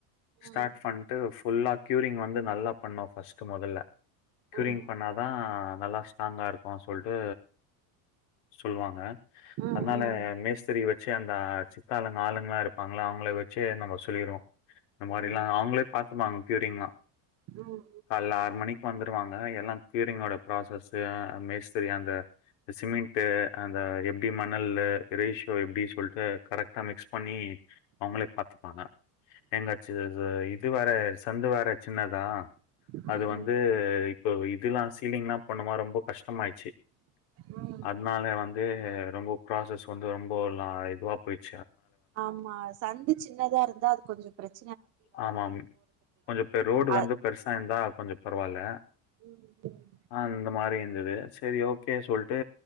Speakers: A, on the left; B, on the right.
A: ஸ்டாட்
B: ம்
A: ஃபண்ட்டு ஃபுல்லா க்யூரிங் வந்து நல்லா பண்ணோம் ஃபஸ்ட் முதல்ல கியூரிங்
B: ம்
A: பண்ணாதா நல்லா ஸ்டாங்கா இருக்கனு சொல்டு சொல்லுவாங்க
B: ம் ம்
A: அதனால மேஸ்திரி வெச்சு ச்சி அந்தா சி சித்தாளுங்க ஆளுங்களா இருப்பாங்களா அவங்கள வெச்சு நம்ம சொல்லிடுவோ இந்த மாதிரிலா
B: ம்
A: அவங்களே பார்த்தப்பாங்க கீயூரிங்கால
B: ம்
A: கால்ல ஆறு மணிக்கு வந்துருவாங்க எல்லா கீயூரிங்யோட ப்ராசஸ் மேஸ்திரி அந்த சிமெண்ட் அந்த எம் மணல்ல ரேஷியோ எப்டி கரெக்ட்டா மிக்ஸ் பண்ணி அவங்களே பாத்துப்பாங்க எங்க இ இது வேற சந்து வேற சின்னதா
B: ம்
A: அது வந்து இப்போ இததெல்லா சீலிங்ல்லா பண்ணமா ரொம்ப கஷ்டமாயிடுச்சு
B: ம் ம்
A: அதனால வந்து ரொம்ப ஃபராசஸ் வந்து ரொம்பால ஆயி இதுவா போய்ட்
B: ஆமா சந்தி சின்னதா இருந்தா அது கொஞ்சம் பிரச்
A: ஆமாம் கொஞ்சம் பெ ரோடு
B: அ
A: வந்து பெருசா இருந்தா கொஞ்ச பரவாயில்ல
B: ம்
A: ஆஹ் இந்த மாரி இருந்தது செரி ஓகே சொல்டு